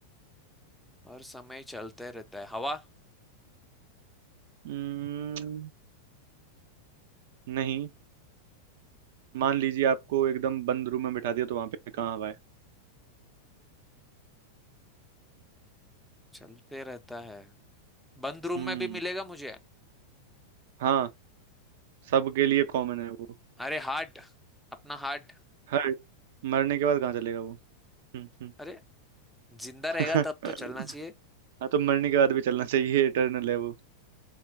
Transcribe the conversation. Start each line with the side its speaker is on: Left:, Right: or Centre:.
Centre: और समय चलते रहता है हवा
Right: हम्म नहीं मान लीजिए आपको एकदम बंद रूम में बिठा दिया तो वहां पे कहाँ हवा है
Centre: चलते रहता है बंद रूम
Right: हम्म
Centre: में भी मिलेगा मुझे
Right: हाँ सबके लिए कॉमन है वो
Centre: अरे हार्ट अपना हार्ट
Right: हर मरने के बाद कहाँ चलेगा वो हम्म हम्म।
Centre: अरे जिंदा
Right: <laughs>
Centre: रहेगा तब तो चलना चाहिए
Right: हाँ तो मरने के बाद भी चलना चाहिए इटर्नल है वो